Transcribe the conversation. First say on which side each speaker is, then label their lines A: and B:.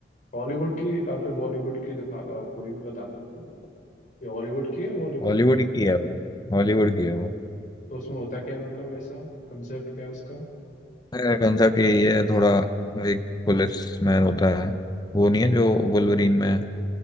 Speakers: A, on the left; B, on the left.
A: हॉलीवुड की या फिर बॉलीवुड की दिखा अ, कोई भी बता सकते हो मतलब ये हॉलीवुड की है बॉलीवुड
B: हॉलीवुड
A: की है
B: की है वो हॉलीवुड की है वो
A: तो उसमें होता क्या है मतलब ऐसा कंसेप्ट क्या है उसका
B: कंसेप्ट यही है थोड़ा एक पुलिस मैन होता है वो नहीं है जो
A: हम्म
B: वुल्वरीन में है,